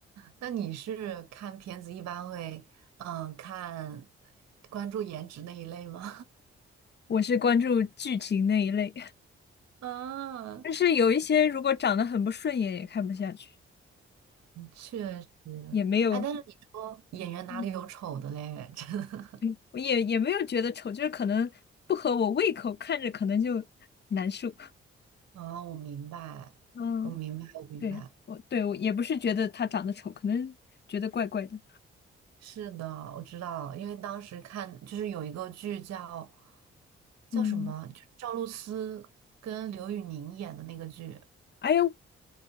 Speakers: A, on the right; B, on the left.
A: 那你是看片子一般会嗯看关注颜值那一类吗？
B: 我是关注剧情那一类，
A: <laughs> 啊，
B: <laughs> 但是有一些如果长得很不顺眼也看不下去，
A: 确实，
B: 也没有，
A: 哎，但是你说演员哪里有丑的嘞？
B: 嗯
A: <laughs> 真的
B: 对我也也没有觉得丑，就是可能不合我胃口，看着可能就难受。
A: 啊，我明白，
B: <laughs> 嗯。
A: 我明白，我明白。
B: 对，我对我也不是觉得他长得丑，可能觉得怪怪的。
A: 是的，我知道，因为当时看就是有一个剧叫叫什么，
B: 嗯，
A: 就是赵露思跟刘宇宁演的那个剧。
B: 哎呦，